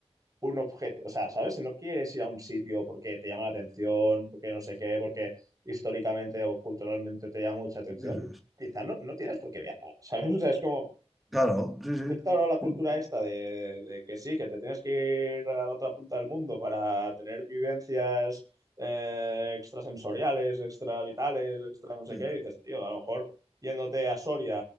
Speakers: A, on the right; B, in the centre.
A: un objeto, o sea, ¿sabes? Si no quieres ir a un sitio porque te llama la atención, porque no sé qué, porque históricamente o culturalmente te llama mucha atención,
B: Eso es.
A: quizá no, no tienes por qué viajar, <laughs> ¿sabes? O sea, es como
B: Claro, sí, sí.
A: instaurado la cultura
B: Mm.
A: esta de, de que sí, que te tienes que ir a la otra punta del mundo para tener vivencias eh, extrasensoriales, extravitales, extra no sé
B: Sí.
A: qué, y dices, tío, a lo mejor yéndote a Soria,